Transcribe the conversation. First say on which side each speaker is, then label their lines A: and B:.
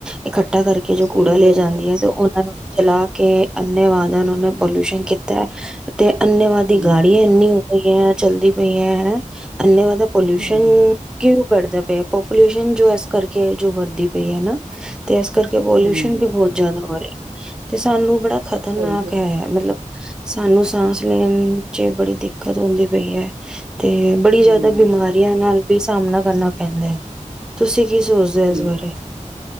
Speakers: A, in the centre; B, on the right.
A: ਇਕੱ ਠਾ ਕਰਕੇ ਜ਼ੋ
B: ਸਹੀ
A: ਕੂੜਾ ਲੈ‌
B: ਗੱਲ
A: ਜਾਂਦੀਐਂ
B: ਹੈ
A: ਤੇ ਉਹਨਾਂ ਨੂੰ ਵੀ ਜਲਾ ਕੇ ਅੰਨੇ ਵਾਹ ਦਾ ਉਂਹੋਨੇ ਪੋਲਿਊਸ਼ਨ ਕੀਤੈ ਤੇ ਅੰਨੇਵਾ ਦੀ
B: ਹਮ
A: ਗਾੜੀਆ ਏਨੀਂ ਹੋ ਗਈ ਐ ਚੱਲਦੀ ਪਈਐਂ। ਏਨਾਂ ਜਿਆਦਾ ਪਲਿਊਸਨ
B: ਹਮ
A: ਕਿਉੰ ਵੜਦਾ ਪਿਆ ਪਪੂਲੇਸ਼ਨ ਜ਼ੋ ਇਸ ਕਰਕੇ ਜੋ ਵਰਦੀ ਪਈ ਐ ਨਾ- ਤੇ ਇਸ ਕਰਕੇ ਪੋਲਿਊਸ਼ਨ
B: ਹਮ
A: ਵੀ ਬਹੁਤ ਜ਼ਿਆਦਾ ਹੋ ਰਿਹਾ ਤੇ ਸਾਨੂੰ ਬੜਾ ਖ਼ਤਰਨਾਕ
B: ਸਹੀ ਗੱਲ
A: ਹੈ ਮਤਲਬ ਸਾਨੂੰ ਸਾਂਸ ਲੈਣ ਚ ਬੜੀ ਦਿੱਕਤ ਹੁੰਦੀ ਪਈ ਹੈ। ਤੇ ਬੜੀ
B: ਹਮ
A: ਜਿਆਦਾ ਬਿਮਾਰੀਆਂ ਨਾਲ ਵੀ ਸਾਹਮਣਾ ਕਰਨਾ ਪੈਂਦਾ ਹੈ। ਤੁਸੀਂ ਤੁਸੀਂ ਕੀ ਸੋਚਦੇ
B: ਸਹੀ
A: ਇਸ ਬਾਰੇ।
B: ਗੱਲ